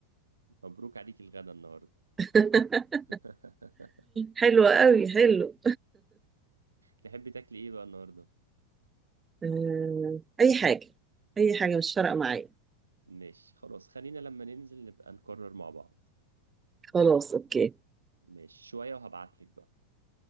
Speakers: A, on the right; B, on the right.
A: مبروك عليك الغدا النهارده
B: <laughs>
A: <laughs>
B: حلو قوي حلو
A: تحبي تاكلي ايه بقى النهارده
B: آه أي حاجة أي حاجة مش فارقة معايا
A: ماشي خلاص خلينا لما ننزل نبقى نكرر مع بعض
B: خلاص أوكي
A: ماشي شوية وهبعتلك بقى